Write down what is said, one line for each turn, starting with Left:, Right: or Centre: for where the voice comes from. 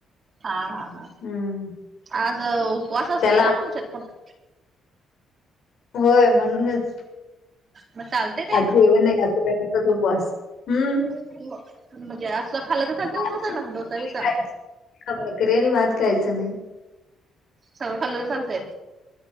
Right: हा, हा, हा.
Left: हम्म
Right: आज उपवास असतोय
Left: त्याला
Right: ना तुमच्यात पण?
Left: होय. म्हणूनच
Right: मग चालते ते
Left: आज जेवण नाही. सगळ्याचाच उपवास. हम्म
Right: म म्हणजे असं खाल्ल तर चालतयं
Left: भाजी
Right: उपसायला
Left: नाही
Right: डोसाबीसा.
Left: खायची भाकरी आणि भात खायचं नाही.
Right: सगळं खाल्लतर चालतयं.